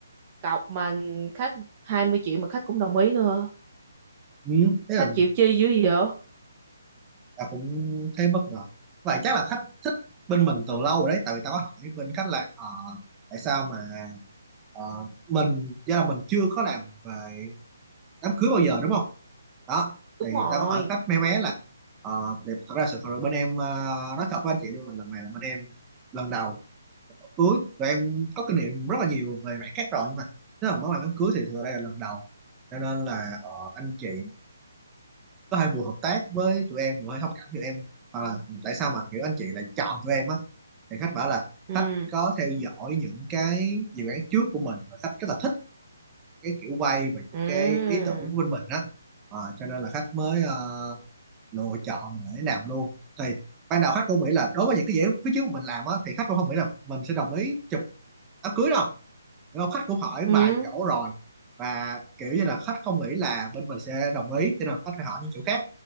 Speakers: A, on the right (about 30°); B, on the right (about 15°).
A: cọc mình khách 20 triệu mà khách cũng đồng ý nữa
B: ừ, thế
A: khách
B: là
A: chịu chi dữ vậy
B: tao cũng thấy bất ngờ vậy chắc là khách thích bên mình từ lâu rồi đấy tại vì tao có hỏi bên khách là ờ, tại sao mà ờ, mình do là mình chưa có làm về đám cưới bao giờ đúng không đó
A: đúng
B: thì
A: rồi
B: tao có hỏi khách mé mé là ờ, để, thật ra sự thật là bên em ờ, nói thật với anh chị luôn là lần này là bên em lần đầu cưới tụi em có kinh nghiệm rất là nhiều về mảng khác rồi nhưng mà nếu mà nói về đám cưới thì thực ra đây là lần đầu cho nên là ờ, anh chị có hơi vừa hợp tác với tụi em vừa hơi thông cảm cho em hoặc là tại sao mà kiểu anh chị lại chọn tụi em á thì khách bảo là
A: ừ
B: khách có theo dõi những cái dự án trước của mình và khách rất là thích cái kiểu quay và những
A: ừ
B: cái ý tưởng của bên mình á Ờ, cho nên là khách mới ờ, lựa chọn để làm luôn thì ban đầu khách cũng nghĩ là đối với những cái dự án phía trước mình làm á thì khách cũng không nghĩ là mình sẽ đồng ý chụp đám cưới đâu Đúng không? khách cũng hỏi
A: ừ
B: vài chỗ rồi và kiểu như là khách không nghĩ là bên mình sẽ đồng ý cho nên là khách phải hỏi những chỗ khác